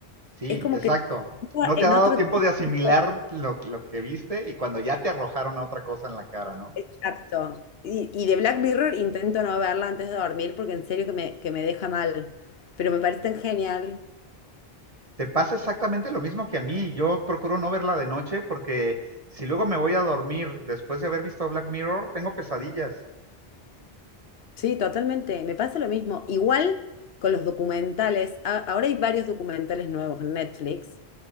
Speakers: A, on the right; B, on the left.
A: Sí,
B: es como
A: exacto.
B: que te sitúa
A: No te
B: en
A: ha dado
B: otro
A: tiempo de asimilar
B: tipo
A: lo, lo que viste y cuando ya te arrojaron a otra cosa en la cara, ¿no?
B: de acto. Y, y de Black Mirror intento no verla antes de dormir porque en serio que me, que me deja mal, pero me parece tan genial.
A: Te pasa exactamente lo mismo que a mí. Yo procuro no verla de noche porque si luego me voy a dormir después de haber visto Black Mirror, tengo pesadillas
B: Sí, totalmente. Me pasa lo mismo. Igual con los documentales. A- Ahora hay varios documentales nuevos en Netflix